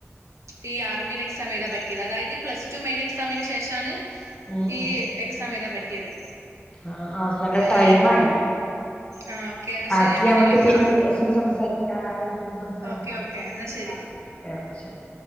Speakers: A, on the right (about 75°); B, on the left (about 25°).
A: ഈ ആർമിടെ എക്സാം എഴുതാൻ പറ്റിയത് അതായത് പ്ലസ്ടു മെയിൻ എക്സാമിന് ശേഷാ ണ്
B: ഉം
A: ഈ എക്സാം എഴുതാൻ പറ്റിയത്
B: ആ അവരെ
A: അങ്ങനെ
B: ടൈം ആയി
A: ആ ഓക്കെ എന്നാ
B: ബാക്കി
A: ശരി ഞാൻ പിന്നെ
B: നമക്ക്
A: വിളിക്കാം
B: പിന്നരു ദിവസം സംസാരിക്കാം വേറൊരു ദിവസം സംസാരിക്കാം
A: ഓക്കെ ഓക്കെ എന്നാ ശരി
B: ആ ഓക്കെ ഓക്കെ ശരി